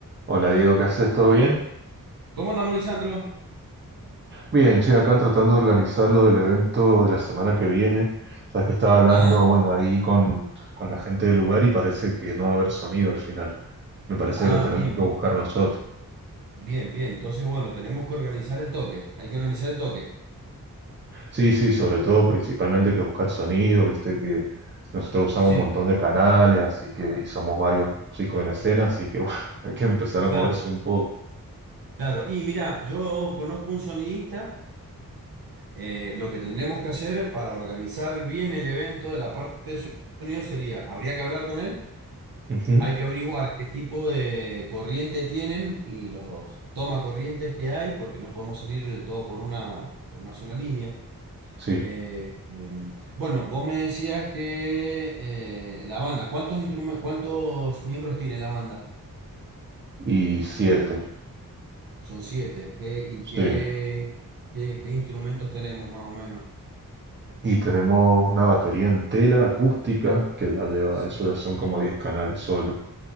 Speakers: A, on the right; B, on the right.
A: Hola Diego, ¿qué haces? ¿Todo bien?
B: ¿Cómo andamos, Lisandro?
A: Bien, che, acá tratando de organizar lo del evento de la semana que viene. Sabes que estaba hablando,
B: Ah,
A: bueno, ahí con, con la gente del lugar y parece que no va a haber sonido al final. Me parece
B: ah,
A: que lo tenemos
B: bien,
A: que
B: bien,
A: buscar nosotros.
B: bien, bien. Entonces, bueno, tenemos que organizar el toque. Hay que organizar el toque.
A: Sí, sí, sobre todo, principalmente que buscar sonido, viste que nosotros usamos
B: Sí,
A: un montón de canales, así que, y somos varios músicos en escena, así que <laughs> bueno, hay que empezar a
B: claro,
A: moverse un poco.
B: claro. Y mira, yo conozco un sonidista. eh, lo que tendremos que hacer para organizar bien el evento de la parte de sonido sería, habría que hablar con él.
A: Ujú,
B: Hay que averiguar qué tipo de corriente tienen y los toma corrientes que hay, porque no podemos salir de todo por una, por una sola línea.
A: Sí,
B: Eh, em, bueno, vos me decías que eh, la banda, ¿cuántos instrumen- cuántos miembros tiene la banda?
A: y siete.
B: Son siete. ¿Qué, y
A: Sí,
B: qué, qué, qué instrumentos tenemos más o menos?
A: Y tenemos una batería entera acústica, que ya lleva,
B: Sí,
A: eso ya son como 10 canales solo.